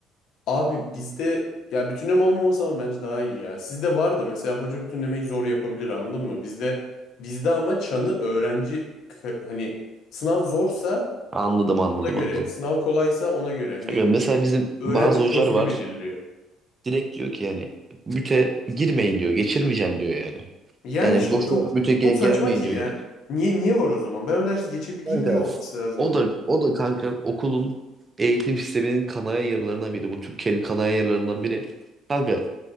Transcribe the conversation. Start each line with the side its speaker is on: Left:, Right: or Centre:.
Left: Abi bizde ya bütünleme olmaması ama bence daha iyi ya. Sizde var da mesela hoca bütünlemeyi zor yapabilir anladın mı? Bizde bizde ama çanı öğrenci ka- hani sınav zorsa
Right: Anladım anladım
Left: ona göre,
Right: anladım.
Left: sınav kolaysa ona göre. Hani
Right: Ya Mesela bizim
Left: öğrenci
Right: bazı
Left: profili
Right: hocalar var.
Left: belirliyor.
Right: Direkt diyor ki yani müte girmeyin diyor. Geçirmeyeceğim diyor yani.
Left: Yani
Right: Yani
Left: işte
Right: boşuna
Left: o çok
Right: müte ge-
Left: çok saçma
Right: gelmeyin
Left: ki
Right: diyor
Left: ya.
Right: yani.
Left: Niye niye var o zaman? Ben o dersi geçebileyim
Right: Kanka
Left: diye olması lazım
Right: o
Left: onun.
Right: da o da kanka okulun eğitim sisteminin kanayan yaralarından biri. Bu Türkiye'nin kanayan yaralarından biri. Kanka